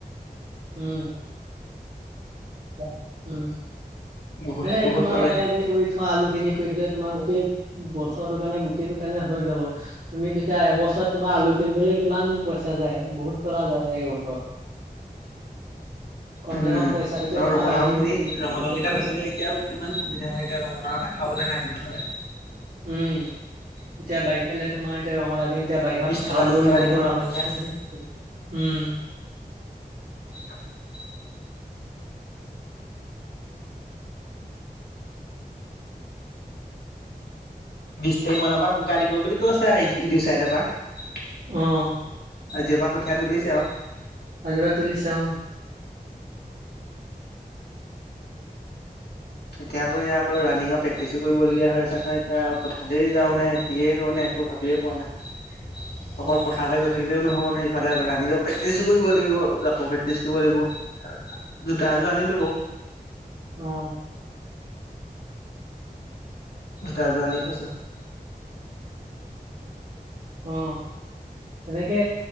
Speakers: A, on the right (about 85°); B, on the left (about 80°).
A: উম উম
B: বহুত
A: হেই
B: বহুত
A: তোমাৰ
B: পালে।
A: এতিয়া যে কৰি থোৱা আলু খিনি কৰি থলে তোমাৰ গোটেই ব ৰ কাৰণে গুটি টো কাৰণে হৈ যাব তুমি তেতিয়া এবছৰত তোমাৰ আলু পিন্ধি কিমান পইচা যায় বহুত টকা যায় সেই বছৰত কম
B: উম
A: চে কম পইচাটোাকে
B: আৰু ৰঙালাও
A: আহি
B: খিনি
A: হব পই
B: ৰঙালাও কেইটা থাকিলে এতিয়াও কিমান সুবিধা হয় এতিয়া ৰঙালাও এটা খাবলৈ নাই গম পাইছানে
A: উম এতিয়া বাৰিষালে তোমাৰ এতিয়া ৰঙালাখিনি এতিয়া বাৰিষা
B: বিশ
A: পথাৰলেও
B: টকা ত্ৰিশ টকা
A: নিব
B: দি কিনিবলগীয়া
A: পৰা হয়
B: হৈছে।
A: উম
B: <inaudible> বিশ তাৰিখ মানৰ পৰা মুোকাই দিব বুলি কৈছো ইটো চাইডৰ পৰা
A: আহ
B: আজেপা কঠীয়া তুলিছে আৰু
A: আজিব তুলিিছওঁ
B: এতিয়া আকৌ এয়া আকৌ ৰানিিঙৰ প্ৰেক্টিছো কৰিবলগীয়া হৈ আছে নহয় এতিয়া পঠালেই যাও নে কিয়ে কৰো নে ভাবিয়ে পোৱা নাই
A: অ'।
B: অকল পথাৰলৈ গৈ থাকিলেও নহ'ব নহয় ইফালে ৰানিঙক প্ৰেক্টিচো কৰিব লাগিব জাপৰ প্ৰেক্টিচ কৰিব লাগিব জোতা এযোৰ আনিলো বাও
A: আহ
B: তাজান কছ
A: অ অ সেনেকে